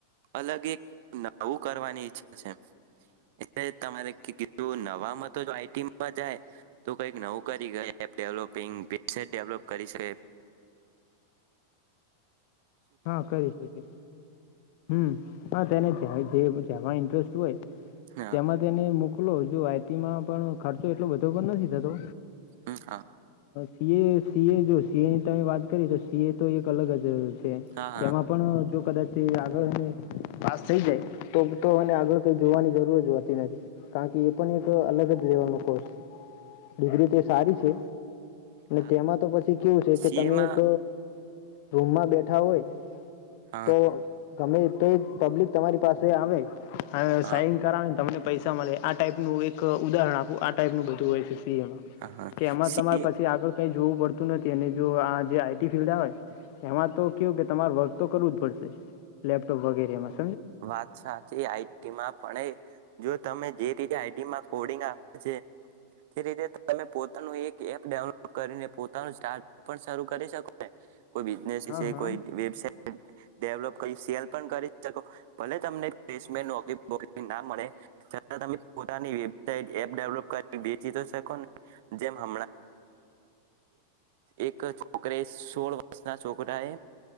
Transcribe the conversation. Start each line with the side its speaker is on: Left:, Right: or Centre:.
Right: અલગ, એક નવું કરવાની ઈચ્છા છે, એટલે તમારે કી કીધુનવા મા તો, આઈટીમાં જાય તો કંઈક નવું કરી ગયા. વેબ ડેવલોપિંગ વેબસાઈટ ડેવલોપ કરી છે.
Left: હા, કરી શકીશું. હમ, પણ તેને જે જેમાં ઇન્ટરેસ્ટ હોય.
Right: હા
Left: તેમાં તેની મુક લો, જો આઈટી માં પણ ખર્ચો એટલો બધો પણ નથી થતો.
Right: હમ હા
Left: સી. એ. સી. એ. જો સી એ ની તમે વાત કરી, તો સી. એ તો એક અલગ જ છે.
Right: હા
Left: તેમાં પણ જો કદાચ તે આગળ પાસ થઈ જાય, તો તો આગળ કંઈ જોવાની જરૂર જ હોતી નથી, કારણ કે એ પણ એક અલગ જ લેવલનો કોર્સ છે. ડિગ્રી તે સારી છે.
Right: હા
Left: તેમાં તો પછી, કેવું છે
Right: સીએમાં
Left: કે, તમે એક રૂમમાં બેઠા હોય
Right: હા
Left: <unintelligible> તો, ગમે તો પબ્લિક તમારી પાસે આવે હવે
Right: હા
Left: સાઈન કરાવ તમને પૈસા મળે આ ટાઈપનું એક ઉદાહરણ આપવું આ ટાઈપનું બધું હોય છે. કે
Right: હા હા
Left: એમાં
Right: સી
Left: તમારે પછી આગળ કઈ જોવું પડતું નથી અને જો આ જે આઈ ટી ફિલ્ડ આવે એમાં તો કેવુ કે તમાર વર્ક તો કરવું જ પડશે લેપટોપ વગેરેમાં
Right: વાત સાચી આઈટી માં પણ એ જો તમે જે રીતે આઈડીમાં કોડિંગ તે રીતે ત પોતાનું એક એપ ડઉનલોડ કરીને પોનું સાર્ટઅ શરૂ કરી શકો કોઈ બિઝનેસ
Left: હા હા
Right: કોઈ વેબસાઇટ ડેવલોપ કરી સેલ પણ કરી શકો ના મળે છતાં તમે પોતાની વબટેપ કરી વચી શકો જેમ હ એક છોક સોળ વર્ષ ના છોકરા